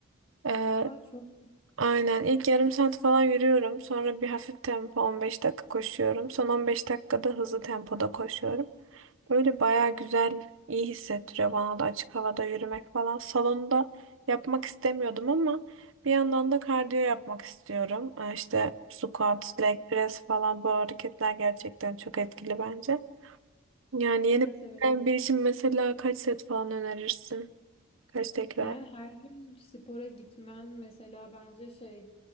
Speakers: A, on the right; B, on the left.
A: E,
B: Aa, çok
A: Aynen. ilk yarım saat falan yürüyorum. Sonra bir hafif tempo 15 dakika koşuyorum. Son 15 dakikada hızlı tempoda koşuyorum. Böyle bayağı güzel, iyi hissettiriyor bana da açık havada yürümek falan. Salonda yapmak istemiyordum ama bir yandan da kardiyo yapmak istiyorum. Ee, İşte squat, leg press falan bu hareketler gerçekten çok etkili bence. Yani yeni
B: Evet
A: başlayan
B: evet.
A: bir için mesela kaç set falan önerirsin? Kaç tekrar?
B: Yani her gün spora gitmen mesela bence şey